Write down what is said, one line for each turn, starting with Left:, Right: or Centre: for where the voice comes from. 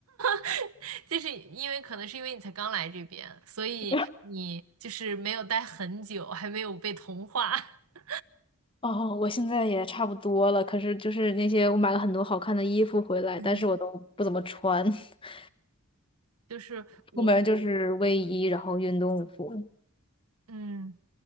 Right: <laughs> 就是因为可能是因为你才刚来这边，所以你就是没有待很久，
Left: <laughs>
Right: 还没有被同化。<laughs>
Left: 哦，我现在也差不多了，可是就是那些我买了很多好看的衣服回来，
Right: 嗯，
Left: 但是我都不怎么穿，<laughs>
Right: 就是我，
Left: 出门就是卫衣，然后运动服。
Right: 嗯，